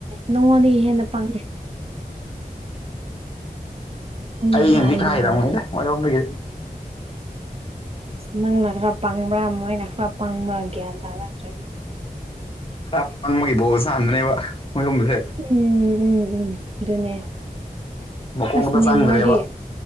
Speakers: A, on the right; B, on the left.
A: ꯅꯉꯣꯟꯗꯒꯤ ꯍꯦꯟꯅ ꯄꯡꯉꯦ ꯅꯪꯅ
B: ꯑꯩꯅꯗꯤ
A: ꯍꯩꯗꯧ
B: ꯈꯔ ꯍꯩꯔꯝꯅꯤꯗ
A: ꯃꯥꯜꯂꯦ
B: ꯃꯣꯏ ꯑꯍꯨꯝꯗꯒꯤꯗꯤ
A: ꯅꯪꯅ ꯈꯔ ꯄꯪꯕ꯭ꯔꯥ ꯃꯣꯏꯅ ꯈꯔ ꯄꯪꯕ꯭ꯔꯥ ꯒ꯭ꯌꯥꯟ ꯇꯥꯔꯛꯇ꯭ꯔꯦꯗ
B: ꯈꯔ ꯄꯡꯕꯒꯤ ꯕꯣꯜ ꯁꯥꯅꯍꯟꯕꯅꯦꯕ ꯃꯣꯏꯑꯍꯨꯝꯁꯦ
A: ꯎꯝ ꯎꯝ ꯎꯝ ꯑꯗꯨꯅꯦ
B: ꯃꯀꯣꯛꯇ
A: ꯑꯁ ꯅꯦꯃꯥꯔꯗꯤ
B: ꯆꯪꯗ꯭ꯔꯦꯕ